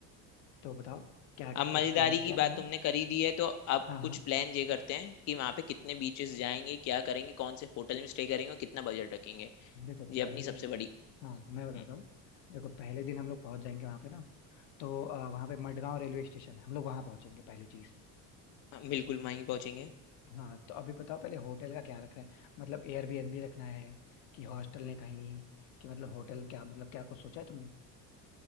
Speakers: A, on the left (about 65°); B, on the left (about 40°).
A: तो बताओ क्या
B: अब
A: कुछ
B: मजेदारी
A: प्लान
B: की
A: किया
B: बात
A: तुमने
B: तुमने करी दी है तो अब
A: हाँ
B: कुछ
A: हाँ
B: प्लान ये करते हैं कि वहां पे कितने बीचेस जाएंगे क्या करेंगे कौन से होटल में स्टे करेंगे और कितना बजट रखेंगे
A: देखो पहले
B: ये अपनी सबसे बड़ी
A: हाँ मैं बताता
B: हम्म,
A: हूँ देखो पहले दिन हम लोग पहुंच जाएंगे वहां पे ना तो आ, वहां पे मडगांव रेलवे स्टेशन है हम लोग वहां पहुंचेंगे पहली चीज
B: हाँ, बिल्कुल वहीं पहुंचेंगे
A: हाँ तो अभी बताओ पहले होटल का क्या रखना है मतलब एयरबीएनबी रखना है कि हॉस्टल ने कहीं कि मतलब होटल क्या मतलब क्या कुछ सोचा है तुमने